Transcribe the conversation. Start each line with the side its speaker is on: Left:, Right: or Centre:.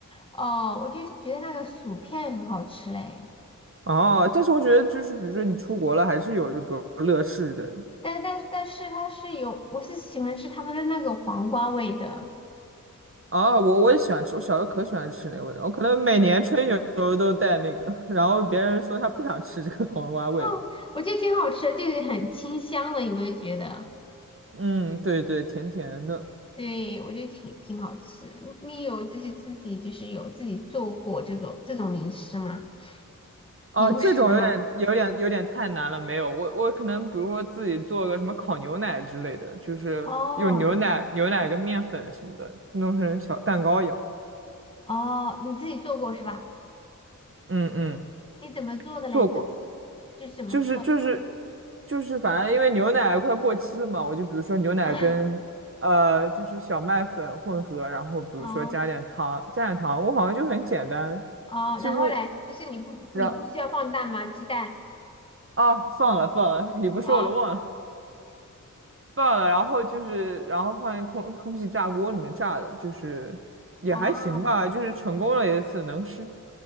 Left: 哦，我就觉得那个薯片很好吃嘞。
Right: 哦，但是我觉得就是，比如说你出国了，还是有着比如乐事的，
Left: 但但但是它是有，我是喜欢吃他们的那个黄瓜味的，
Right: 啊，我我也喜欢吃，我小时候可喜欢吃那个味道，我可能每年春游都带那个，<laughs> 然后别人说他不想吃这个黄瓜味了。
Left: <laughs> 我觉得挺好吃的，就是很清香的，有没有觉得？
Right: 嗯，对对，甜甜的。
Left: 对，我觉得挺挺好吃。你你有就是自己就是有自己做过这种这种零食吗？零食吗？
Right: 哦，这种有点有点有点太难了，没有，我我可能比如说自己做个什么烤牛奶之类的，就是用牛奶牛奶跟面粉什么的弄成小蛋糕一样。
Left: 哦哦，你自己做过是吧？
Right: 嗯嗯，
Left: 你怎么做的嘞？
Right: 做过。
Left: 这个就是怎么做的
Right: 就是就是就是，反正因为牛奶快过期了嘛，我就比如说牛奶跟呃就是小麦粉混合，
Left: 啊？
Right: 然后比如说加点糖，
Left: <laughs> 哦
Right: 加点糖，我好像就很简单，
Left: 哦，
Right: 几乎
Left: 然后嘞，就是你不你不需要放蛋吗？
Right: 然
Left: 鸡蛋？
Right: 啊放了放了，<laughs> 你不说我都忘了
Left: 啊
Right: 放了，然后就是然后放进空空气炸锅里面炸的，就是也还行吧，
Left: 哦
Right: 就是成功了一次能吃，